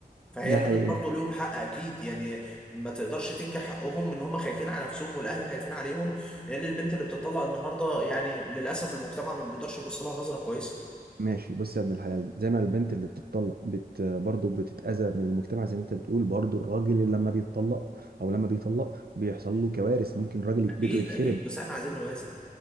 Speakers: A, in the centre; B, on the right.
A: فهي
B: ده
A: البنات
B: حقيقي
A: برضو ليهم حق أكيد يعني ما تقدرش تنكر حقهم إن هم خايفين على نفسهم والأهل خايفين عليهم لأن البنت اللي بتطلق النهاردة يعني للأسف المجتمع ما بيقدرش يبص لها نظرة كويسة
B: ماشي بص يا ابن الحلال زي ما البنت اللي بتطلق بت برضه بتتأذى من المجتمع زي ما انت بتقول برضه الراجل اللي لما بيتطلق او لما بيطلق بيحصل له كوارث ممكن راجل
A: أكيد
B: بيته يتخرب
A: أكيد بس إحنا عايزين نوازن